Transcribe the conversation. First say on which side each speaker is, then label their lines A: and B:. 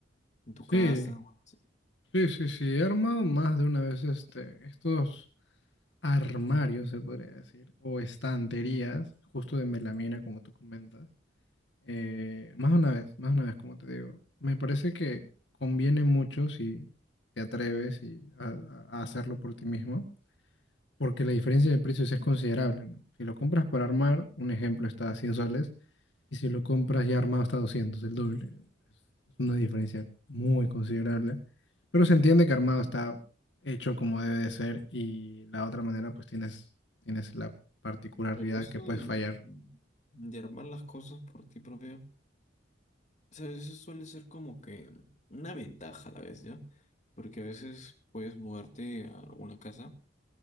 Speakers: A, on the left (about 40°); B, on the left (about 70°).
A: en tu
B: sí,
A: casa? o algo así?
B: sí, sí, sí, he armado más de una vez este, estos armarios, se podría decir, o estanterías, justo de melamina, como tú comentas. Eh, más una vez, más una vez, como te digo. Me parece que conviene mucho si te atreves y a, a- a hacerlo por ti mismo, porque la diferencia de precios es considerable, ¿no? Si lo compras para armar, un ejemplo está a 100 soles, y si lo compras ya armado está a 200, el doble. Es es una diferencia muy considerable, pero se entiende que armado está hecho como debe de ser y la otra manera pues tienes, tienes la particularidad
A: Pero esto
B: que puedes
A: de,
B: fallar.
A: de armar las cosas por ti propio, ¿sabes? Eso suele ser como que una ventaja a la vez, ¿ya? Porque a veces puedes mudarte a alguna casa,